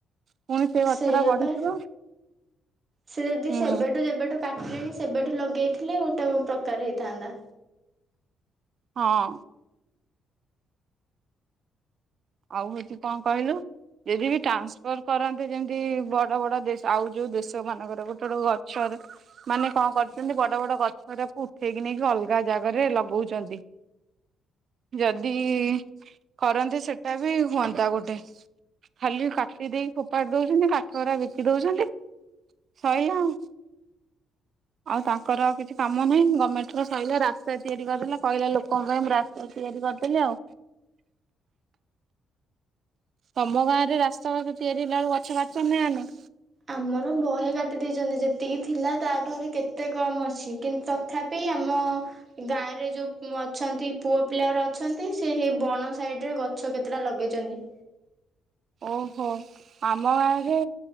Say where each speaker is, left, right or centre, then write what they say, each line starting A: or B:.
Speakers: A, on the right; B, on the right.
A: ପୁଣି ସେ ଗଛଟା
B: ସେଇଆପା
A: ବଢିଥିବ
B: ସେ ଯଦି
A: ହୁଁ
B: ସେବେଠୁ ଯେବେଠୁ କାଟିଲେଣି ସେବେଠୁ ଲଗେଇଥିଲେ ଗୋଟେ ପ୍ରକାର ହେଇଥାନ୍ତା।
A: ହଁ। ଆଉ ହଉଛି କଣ କହିଲୁ ଯଦି ବି ଟ୍ରାନ୍ସଫର କରନ୍ତେ ଯେମିତି ବଡ ବଡ ଦେଶ ଆଉ ଯୋଉ ଦେଶ ମାନଙ୍କର ଗୋଟେ ଗୋଟେ ଗଛରେ ମାନେ କଣ କରିଛନ୍ତି ବଡ ବଡ ଗଛଟା ଉଠେଇକି ନେଇକି ଅଲଗା ଜାଗାରେ ଲଗଉଛନ୍ତି ଯଦି କରନ୍ତେ ସେ ସେଟା ବି ହୁଅନ୍ତା ଗୋଟେ ଖାଲି କାଟି ଦେଇକି ଫୋପାଡି ଦଉଛନ୍ତି କାଠରା ବିକି ଦଉଛନ୍ତି ସଇଲା ଆଉ ଆଉ ତାଙ୍କର ଆଉ କିଛି କାମ ନାହିଁ ଗଭର୍ଣମେଣ୍ଟ ର ସଇଲା ରାସ୍ତା ତିଆରି କରିଦେଲା କହିଲା ଲୋକଙ୍କ ପାଇଁ ମୁଁ ରାସ୍ତା ତିଆରି କରିଦେଲି ଆଉ। ତମ ଗାଁ ରେ ରାସ୍ତାଘାଟ ତିଆରି ହେଲା ବେଳକୁ ଗଛ କାଟିଛନ୍ତି ନା ନାଇଁ।
B: ଆମର ବହେ କାଟି ଦେଇେଇଛନ୍ତି ଯେତିକି ଥିଲା ତାଠୁ ଆହୁରି କେ ଏତେ କମ ଅଛି କିନ୍ତୁ ତଥାପି ଆମ ଗାଁ ରେ ଯୋଉ ଅଛନ୍ତି ପୁଅ ପିଲା ଗୁରା ଅଛନ୍ତି ସେ ହେଇ ବଣ ସାଇଡ ରେ ଗଛ କେତେଟା ଲଗେଇଛନ୍ତି।
A: ଓହୋ ଆମ ଗାଁରେ